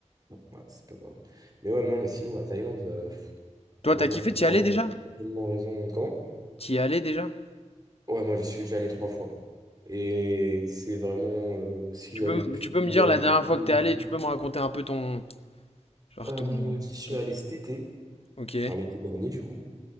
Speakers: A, on the right; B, on the left.
A: Bon, ouais, c'est pas grave. Mais ouais, non, mais sinon, la Thaïlande, euh, pff,
B: Toi,
A: gros,
B: t'as
A: t'as
B: kiffé?
A: tellement,
B: T'y allais déjà?
A: t'as tellement raison. Comment?
B: T'y es allé déjà?
A: Ouais, moi, j'y suis déjà allé trois fois. Et c'est vraiment, euh, si
B: Tu
A: j'avais
B: peux, m-
A: pu
B: tu peux
A: y
B: me dire
A: aller
B: la dernière
A: tous
B: fois
A: les
B: que t'es allé,
A: étés,
B: tu peux me raconter un peu ton. Genre
A: euh,
B: ton.
A: j'y suis
B: ton-
A: allé cet été,
B: Ok,
A: enfin l'été dernier, du coup.